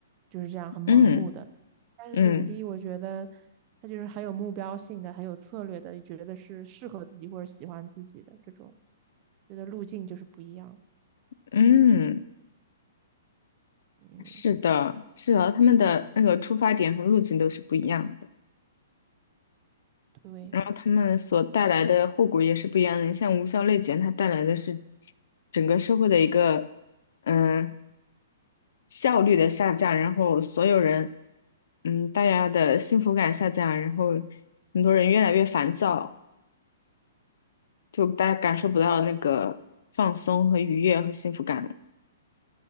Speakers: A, on the right (about 25°); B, on the left (about 65°).
A: 就是这样很盲目的。
B: 嗯。
A: 但是努力，
B: 嗯
A: 我觉得它就是很有目标性的，很有策略的，也觉得是适合自己或者喜欢自己的这种，觉得路径就是不一样。
B: 嗯，
A: 嗯，
B: 是的，是的，他们的那个出发点和路径都是不一样的，
A: 对。
B: 然后他们所带来的后果也是不一样的。你像无效内卷，它带来的是整个社会的一个嗯效率的下降，然后所有人嗯大家的幸福感下降，然后很多人越来越烦躁，就大家感受不到那个放松和愉悦和幸福感了。